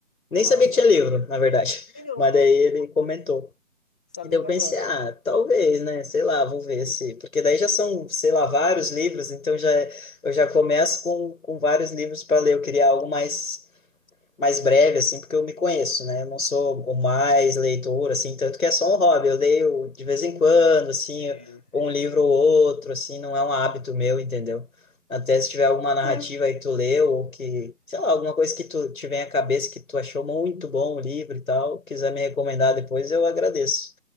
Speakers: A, on the left; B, in the centre.
A: Nem
B: Massa,
A: sabia que tinha livro,
B: não, não. sabia não.
A: na verdade.
B: E
A: <laughs>
B: não,
A: Mas daí ele comentou.
B: sabendo
A: E daí eu pensei,
B: agora,
A: ah,
B: não é?
A: talvez, né? Sei lá, vou ver se. Porque daí já são, sei lá, vários livros, então já, eu já começo com, com vários livros para ler. Eu queria algo mais mais breve, assim, porque eu me conheço, né? Eu não sou o mais leitor, assim, tanto que é só um hobby. Eu leio de vez em quando, assim,
B: Sim,
A: um
B: sim,
A: livro
B: sim.
A: ou outro, assim, não é um hábito meu, entendeu? Até se tiver alguma Hum. narrativa aí que tu leu, ou que, sei lá, alguma coisa que tu tiver à cabeça que tu achou muito bom o livro e tal, quiser me recomendar depois, eu agradeço.